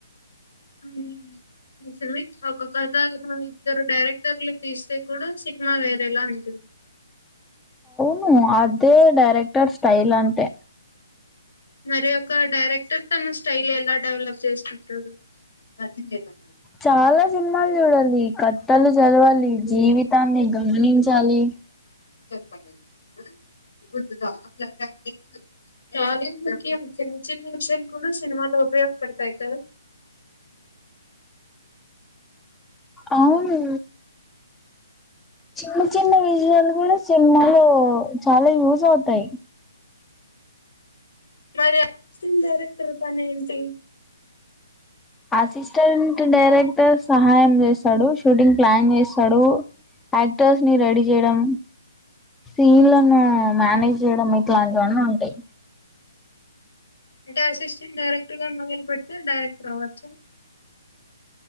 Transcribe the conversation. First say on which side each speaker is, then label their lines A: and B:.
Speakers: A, on the left; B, in the centre.
A: ఉ <unintelligible> ఒక కథ కూడా ఇత్తరు డైరెక్టర్లు తీస్తే కూడా సినిమా వేరేలా ఉంటుంది
B: ఉ అదే డైరెక్టర్ స్టైల్ అంటే
A: మరి ఓ క డైరెక్టర్ తన స్టైల్ ఎలా డెవలప్ చేస్తుంటాడు యాక్టింగే కదా
B: చాలా సినిమాల్ చూడాలి కధలు చదవాలి జీవితాన్ని గమనించాలి.
A: అ <inaudible> డుతు <unintelligible> చాలు <unintelligible> చిన్న చిన్న విషయాలు కూడా సినిమాలో ఉపయోగపడతాయి కదా
B: అవును చిన్న చిన్న విజువల్ కూడా సినిమాలో చాలా యూస్ అవుతాయి
A: మరి అసిటెంట్ డైరెక్టర్ పనేంటి
B: అసిస్టెంట్ డైరెక్టర్ సహాయం జేస్తాడు షూటింగ్ ప్లాన్ జెస్తాడు. యాక్టర్స్ ని రెడీ చేయడం సీన్లను మేనేజ్ చేయడం. ఇట్లాంటివన్నీ ఉంటాయి.
A: అంటే అసిస్టెంట్ డైరెక్టర్ గా మొదలు పెడితే డైరెక్ట్ అవ్వచ్చా